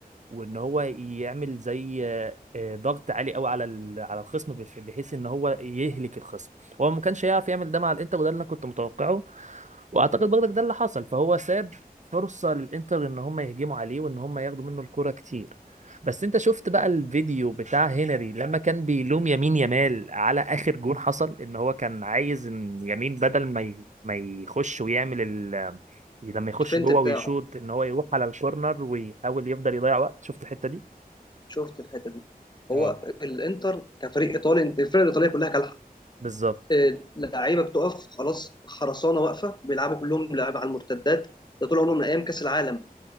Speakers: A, on the right (about 50°); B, on the left (about 25°).
A: وان هو يعمل زي آه، آه، ضغط عالي قوي على ال- على الخصم بح- بحيث ان هو يهلك الخصم هو ما كانش هيعرف يعمل ده مع الانتر وده اللي انا كنت متوقعه واعتقد برضك ده اللي حصل فهو ساب فرصة للانتر ان هم يهجموا عليه وان هم ياخدوا منه الكرة كتير بس انت شفت بقى الفيديو بتاع هنري لما كان بيلوم يمين يمال على اخر جون حصل ان هو كان عايز ان يمين بدل ما ي- ما يخش ويعمل لما يخش
B: الفنت
A: جوه
B: بتاعه
A: ويشوط ان هو يروح على الكورنر ويحاول يفضل يضيع وقت شفت الحتة دي
B: شفت الحته دي
A: اه
B: هو الانتر كفريق ايطالي انت الفرق الايطاليه كلها كالحه
A: بالظبط
B: آه، لعيبه بتقف خلاص خرسانه واقفه بيلعبوا كلهم لعب على المرتدات ده طول عمرهم من ايام كاس العالم